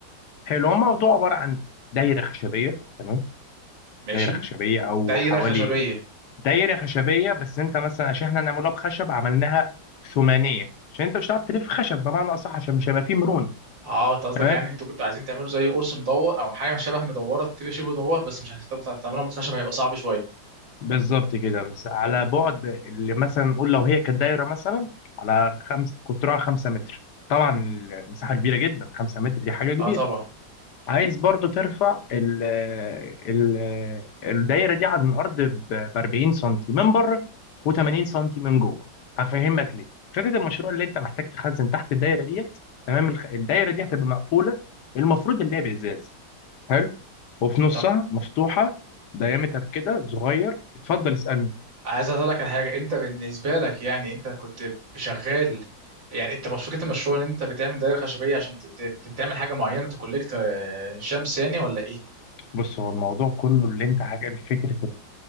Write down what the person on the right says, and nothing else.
ماشي
دايره
خشبيه
اه انت قصدك
يعني انتوا كنتوا عايزين تعملوا زي قرص مدور او حاجه شبه مدوره تبقى شبه مدور بس مش هتعرفوا تعملوها من الخشب هيبقى صعب شويه
اه طبعا
طب
عايز اقول لك على حاجه انت بالنسبه لك يعني انت كنت شغال يعني انت مش فكره المشروع ان انت بتعمل دايره خشبيه عشان ت- ت- تعمل حاجه معينه تكولكت آه، شمس يعني ولا ايه